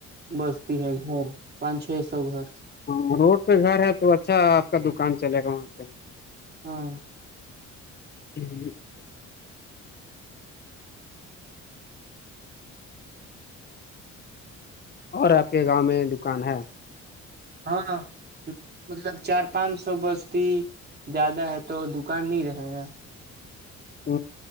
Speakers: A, on the right (about 35°); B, on the left (about 35°).
A: بستی ہے گھر پانچ چھ سو گھر
B: ہ روڈ پہ گھر ہے تو اچھا آپ کا دکان چلے گا وہاں پہ
A: ہاں
B: جوں اور آپ کے گاؤں میں دکان ہے
A: ہاں مطلب چار پانچ سو بستی زیادہ ہے تو دکان نہیں رہے گا
B: ہ